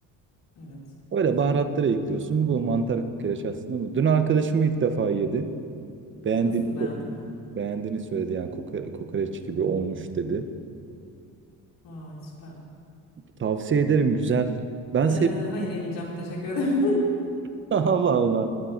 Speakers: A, on the left; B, on the right.
A: Evet.
B: Öyle baharatları ekliyorsun. Bu mantar kokoreç aslında bu. Dün arkadaşım ilk defa yedi. Beğendiğini,
A: Nasıl beğendin mi?
B: beğendiğini söyledi. Yani kokore- kokoreç gibi olmuş dedi.
A: Vay süper.
B: Tavsiye ederim güzel. Ben
A: Ee,
B: seviyorum.
A: hayır yemeyeceğim. Teşekkür ederim.
B: <laughs> Allah Allah.